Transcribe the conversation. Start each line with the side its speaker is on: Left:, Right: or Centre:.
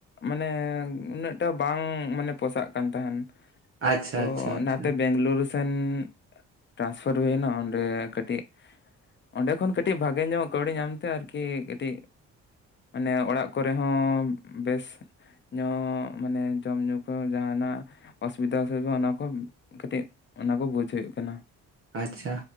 Left: ᱢᱟᱱᱮ ᱩᱱᱟᱹᱜᱼᱴᱟ ᱵᱟᱝ ᱢᱟᱱᱮ ᱯᱚᱥᱟᱜ ᱠᱟᱱ ᱛᱟᱦᱮᱱ᱾
Right: ᱟᱪᱪᱷᱟ
Left: ᱛᱚ
Right: ᱟᱪᱪᱷᱟ ᱟᱪᱪᱷᱟ
Left: ᱱᱟᱛᱮ ᱵᱮᱝᱞᱩ ᱨᱥ ᱥᱮᱸᱱ ᱴᱨᱟᱱᱥᱯᱷᱟᱨ ᱦᱩᱭᱱᱟ ᱚᱸᱰᱮ ᱠᱟᱹᱴᱤᱡ ᱚᱸᱰᱮ ᱠᱷᱚᱱ ᱠᱟᱹᱴᱤᱡ ᱵᱷᱟᱜᱮ ᱧᱚᱜ ᱠᱟᱹᱣᱰᱤ ᱧᱟᱢ ᱛᱮ ᱟᱨᱠᱤ ᱠᱟᱹᱴᱤᱡ᱾ ᱢᱟᱱᱮ ᱚᱲᱟᱜ ᱠᱚᱨᱮ ᱦᱚᱸ ᱵᱮᱥ ᱧᱳᱜ ᱢᱟᱱᱮ ᱡᱚᱢ ᱧᱩᱸ ᱠᱚ ᱡᱟᱦᱟᱱᱟᱜ ᱚᱥᱩᱵᱤᱛᱟ ᱥᱮ ᱚᱱᱟ ᱠᱚ ᱠᱟᱹᱴᱤᱡ ᱚᱱᱟ ᱠᱚ ᱵᱩᱡᱽ ᱦᱩᱭᱩᱜ ᱠᱟᱱᱟ᱾
Right: ᱟᱪᱪᱷᱟ